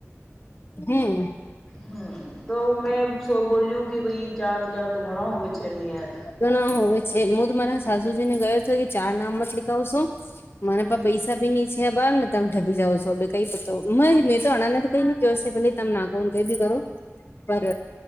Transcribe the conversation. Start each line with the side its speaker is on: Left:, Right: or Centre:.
Left: હમ્મ
Centre: હમ્મ તો મેં શો બોલ્યું કે ભાઈ, ચાર હજાર તો ઘણા હોવે છે ની યાર.
Left: ગણા હોય છે, મૂદ તો તમારા સાસુજી ને ગયો તો કે ચાર નામ મત લીખાવશો મને
Centre: હમ
Left: પા પૈસા ભી ની છે અબાર ને તમે ઠભી જાવ છો, અબે કઈ પત્તો, મેં તો અણા ને તો કઈને ક્યો છે, ભલે તમે નાખો ને કઈ બી કરો પર